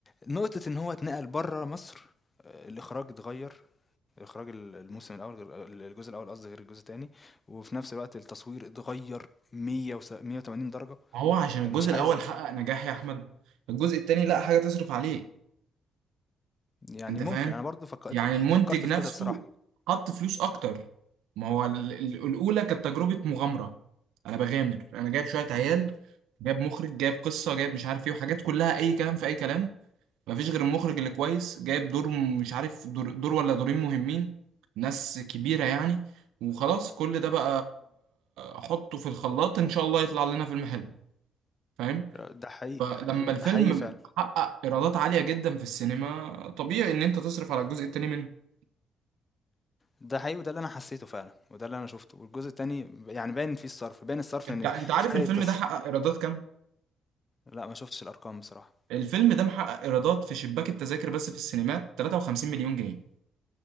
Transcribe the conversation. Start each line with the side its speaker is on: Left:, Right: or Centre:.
Left: نقطة إن هو اتنقل برّه مصر آآ، الإخراج اتغيّر، إخراج ال الموسم الأول غير ال الجزء الأول قصدي غير الجزء التاني، وفي نفس الوقت التصوير اتغيّر مِيّة وس 180 درجة،
Right: هو عشان الجزء
Left: مش عايز
Right: الاول حقق نجاح يا احمد الجزء التاني لا حاجة تصرف عليه
Left: يعني
Right: انت
Left: ممكن
Right: فاهم
Left: أنا برضه فكرت
Right: يعني المنتج
Left: فكرت
Right: نفسه
Left: في كده بصراحة.
Right: حط فلوس اكتر ما هو ال- ال- الاولى كانت تجربه مغامره انا بغامر انا جايب شويه عيال جايب مخرج جايب قصه جايب مش عارف ايه وحاجات كلها اي كلام في اي كلام مفيش غير المخرج اللي كويس جايب دور م- مش عارف دور, دور ولا دورين مهمين ناس كبيره يعني وخلاص كل ده بقى احطه في الخلاط ان شاء الله يطلع لنا فيلم حلو فاهم
Left: ده حقيقي
Right: فلما الفيلم
Left: ده حقيقي فعلا
Right: حقق ايرادات عاليه جدا في السينما طبيعي ان انت تصرف على الجزء التاني منه
Left: ده حقيقي وده اللي انا حسيته فعلا وده اللي انا شفته والجزء التاني يعني باين فيه الصرف باين الصرف
Right: انت
Left: ان
Right: انت عارف
Left: فرق
Right: الفيلم
Left: التص...
Right: ده حقق ايرادات كام؟
Left: لا ما شفتش الارقام بصراحة
Right: الفيلم ده محقق ايرادات في شباك التذاكر بس في السينمات 53 مليون جنيه